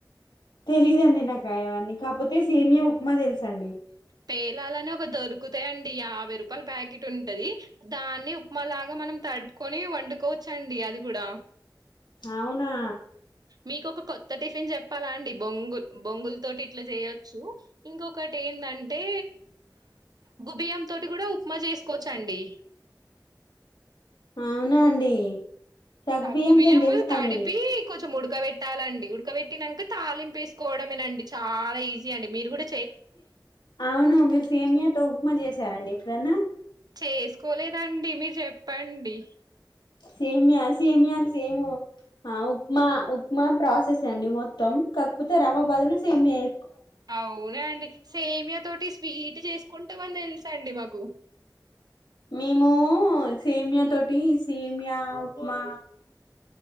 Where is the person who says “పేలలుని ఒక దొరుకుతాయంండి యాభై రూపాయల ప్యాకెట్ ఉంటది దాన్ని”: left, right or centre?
Right